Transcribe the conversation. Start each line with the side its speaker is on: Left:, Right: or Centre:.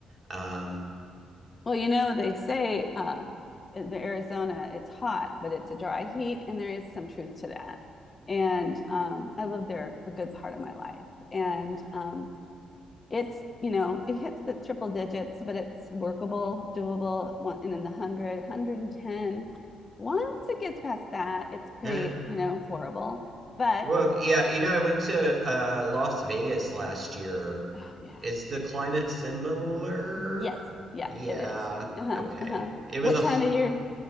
Right: Um,
Left: Well, you know, they say uh, in Arizona it's hot, but it's a dry heat, and there is some truth to that. And um, I lived there a good part of my life, and um, it's you know it hits the triple digits but it's workable doable one and then the 100 once it gets past that it's pretty
Right: <laughs>
Left: you know horrible but
Right: Well, yeah, you know, I went to uh, Las Vegas last year.
Left: oh yeah
Right: Is the climate similar?
Left: yes yeah
Right: Yeah,
Left: it is uh-huh
Right: okay.
Left: uh-huh
Right: It was
Left: what
Right: a
Left: time of year